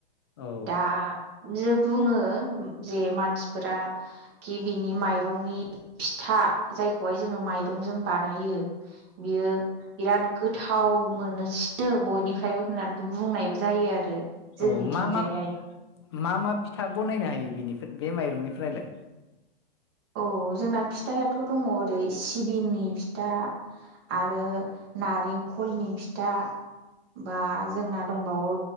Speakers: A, on the left; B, on the right.
A: औ
B: दा जोब बुङो जे मानसिफोराखि बिनि माइरंनि फिथा जायखौहाय जोङो माइरंजों बानायो बियो बिराद गोथाव मोनो। ओ बयनिफ्रायबो होन्नानबो बुंनायबो जायो आरो जोंनिथिंजायहाय
A: औ मा मा मा मा फिथा बनायनो हायो बिनिफ्राय बे मायरंनिफ्रायलाय।
B: औ जोंना फिथायाथ' दङ ओरै सिबिंनि फिथा आरो नारेंखलनि फिथा बा जोंना दंबावो